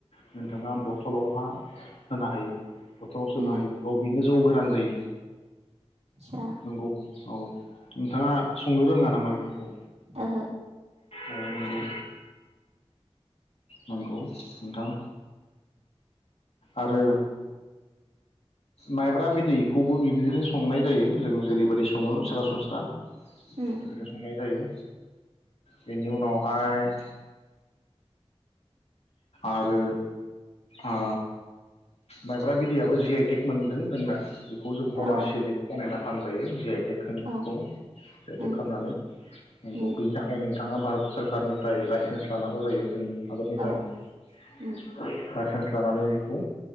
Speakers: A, on the left; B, on the right.
A: <unintelligible> नोंथांङा बथलावहा होनो हायो। बथलाव सोनो
B: उम
A: हायो औ बेनो जौ गो रान जायो
B: सा
A: नंगौ औ नोंथांङा संनो रोंङा नामा बेफोरखौ?
B: ओहो
A: औ नंगौ नंगौ नोंथां। आरो माइब्रा बिद बेखौबो बिबायदिनो संनाय जायो जोंङो जेरैबायदि सङो सरासनस्रा। बिदिनो
B: उम
A: संनाय जायो। बेनि उनावहाय <inaudible> आरो आ माइब्रा बिदैयाबो जि आइ टेक मोनदों जोंना खौ जों
B: औ
A: कमारसियेलि बानायना फान जायो जि आइटेक होन
B: औ
A: खौ जि आइटेक
B: उम
A: खालामनानै नंगौ
B: उम
A: बेनि थाखायनो नोंथाङा भारत सरखारनिफ्राय लाइसेन्स लानांगौ जायो जोंनि हादरनिफ्राय
B: औ
A: लाइसेन्स
B: उम
A: लानानै बेखौ